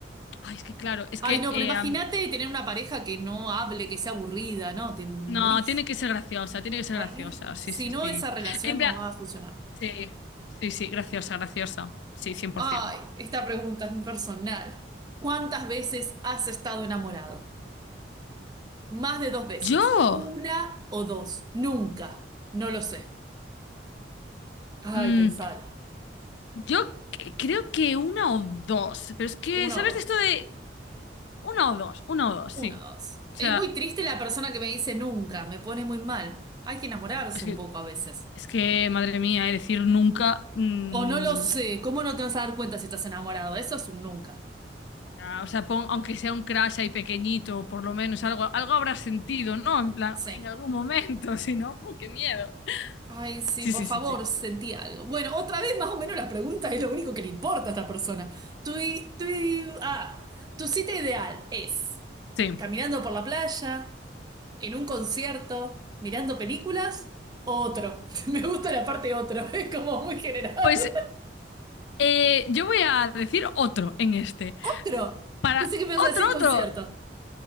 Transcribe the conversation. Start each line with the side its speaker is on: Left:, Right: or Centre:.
Left: Ay, es que claro, es
Right: Ay,
Left: que.
Right: no,
Left: eh,
Right: pero imagínate
Left: am-
Right: tener una pareja que no hable, que sea aburrida, ¿no? Te morís.
Left: no, tiene que ser graciosa, tiene que ser
Right: Para
Left: graciosa,
Right: mí,
Left: sí,
Right: si
Left: sí,
Right: no,
Left: sí.
Right: esa relación
Left: En plan,
Right: no va a funcionar.
Left: Sí, sí, sí, graciosa, graciosa. Sí, 100%.
Right: Ay, esta pregunta es muy personal. ¿Cuántas veces has estado enamorado? Más de dos veces.
Left: Yo,
Right: ¿Una o dos? Nunca. No lo sé. Ay,
Left: mm,
Right: pensala.
Left: yo c- creo que una o dos, pero es que,
Right: Una
Left: ¿sabes
Right: o dos.
Left: de esto de una o dos? Una o dos, sí.
Right: Una o dos.
Left: O sea,
Right: Es muy triste la persona que me dice nunca. Me pone muy mal. Hay que enamorarse
Left: es
Right: un
Left: que,
Right: poco a veces.
Left: es que madre mía, eh, decir nunca, mm,
Right: O no lo sé. ¿Cómo no te vas a dar cuenta si estás enamorado? Eso es un nunca.
Left: ah, o sea, pon- aunque sea un crash ahí pequeñito, por lo menos algo, algo habrá sentido, ¿no? En plan,
Right: Sí.
Left: en algún momento, <laughs> si no, ¡uh, qué miedo.
Right: Ay, sí,
Left: Sí,
Right: por
Left: sí,
Right: favor,
Left: sí, sí.
Right: sentí algo. Bueno, otra vez más o menos la pregunta es lo único que le importa a esta persona. Tu, i- tu, i- ah, tu cita ideal es
Left: Sí.
Right: caminando por la playa, en un concierto, mirando películas, otro. <laughs> Me gusta la parte otro, <laughs> es como muy general.
Left: Pues eh, yo voy a decir otro en este.
Right: Otro.
Left: para
Right: Pensé que me
Left: otro,
Right: ibas a decir concierto.
Left: otro.